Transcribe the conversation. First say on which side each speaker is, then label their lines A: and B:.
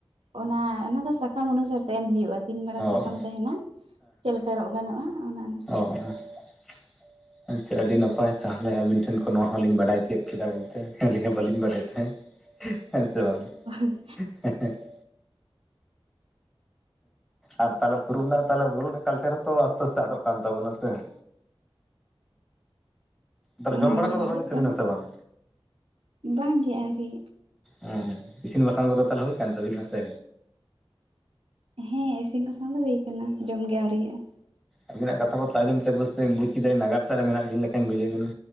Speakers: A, on the right; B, in the centre.
A: ᱚᱱᱟ ᱚᱱᱟ ᱫᱚ ᱥᱟᱠᱟᱢ ᱚᱱᱩᱥᱟᱨ ᱛᱟᱭᱚᱢ ᱦᱳᱭᱳᱜᱼᱟ ᱛᱤᱱ ᱢᱟᱨᱟᱝ
B: ᱚ
A: ᱥᱟᱠᱟᱢ
B: ᱚ
A: ᱛᱟᱦᱮᱱᱟ ᱪᱮᱫ ᱞᱮᱠᱟ ᱨᱚᱜ ᱜᱟᱱᱚᱜᱼᱟ ᱚᱱᱟ ᱚᱱᱟ
B: ᱚᱦᱚ ᱾ ᱟᱪᱷᱟ ᱟᱹᱰᱤ ᱱᱟᱯᱟᱭ ᱛᱟᱦᱚᱞᱮ ᱟᱵᱤᱱ ᱴᱷᱮᱱ ᱠᱷᱚᱱ ᱱᱚᱣᱟ ᱦᱚᱸᱞᱤᱧ ᱵᱟᱰᱟᱭ ᱪᱮᱫ ᱠᱮᱫᱟ ᱵᱚᱞᱛᱮ ᱟᱹᱞᱤᱧ ᱦᱚᱸ ᱵᱟᱹᱞᱤᱧ ᱵᱟᱲᱟᱭ ᱛᱟᱦᱮᱸᱫ ᱾ ᱦᱮᱸ ᱥᱮ ᱵᱟᱝ
A: ᱚ ᱦᱚᱭ
B: ᱦᱮᱸ ᱦᱮᱸ <inaudible> ᱟᱨ ᱛᱟᱦᱚᱞᱮ ᱯᱷᱩᱨᱩᱜ ᱱᱟ ᱛᱟᱦᱚᱞᱮ ᱵᱷᱩ ᱠᱟᱞᱪᱟᱨ ᱦᱚᱸᱛᱚ ᱟᱥᱛᱮ ᱟᱥᱛᱮ ᱟᱫᱚᱜ ᱠᱟᱱ ᱛᱟᱵᱚᱱᱟ ᱥᱮ ᱾ ᱛᱟᱦᱚᱞᱮ ᱡᱚᱢ
A: ᱦᱮᱸ
B: ᱵᱟᱲᱟ ᱠᱚᱫᱚ
A: ᱟᱫᱚ
B: ᱦᱩᱭᱮᱱ
A: ᱠᱷᱟᱱ
B: ᱛᱟᱵᱤᱱᱟ ᱥᱮ ᱵᱟᱝ?
A: ᱵᱟᱝᱜᱮ ᱟᱹᱣᱨᱤ ᱜᱮ
B: ᱦᱮᱸ ᱤᱥᱤᱱ ᱵᱟᱥᱟᱝ ᱠᱚᱫᱚ ᱛᱟᱞᱮ ᱦᱩᱭ ᱠᱟᱱᱟ ᱛᱟᱵᱤᱱᱟ ᱥᱮ?
A: ᱦᱮᱸ ᱤᱥᱤᱱ ᱵᱟᱥᱟᱝ ᱫᱚ ᱦᱩᱭ ᱟᱠᱟᱱᱟ ᱡᱚᱢᱜᱮ ᱟᱹᱣᱨᱤᱭᱟᱜᱼᱟ ᱾
B: ᱟᱵᱤᱱᱟᱜ ᱠᱟᱛᱷᱟ ᱵᱟᱨᱛᱟ ᱟᱸᱡᱚᱢ ᱵᱮᱥ ᱵᱩᱡᱽ ᱠᱮᱫᱟᱲᱤᱧ ᱱᱟᱜᱟᱨ ᱥᱟᱱ ᱨᱮ ᱢᱮᱱᱟᱜ ᱵᱤᱱ ᱞᱮᱠᱷᱟᱱ ᱵᱩᱡᱷᱟᱣᱮᱛ ᱵᱤᱱᱟ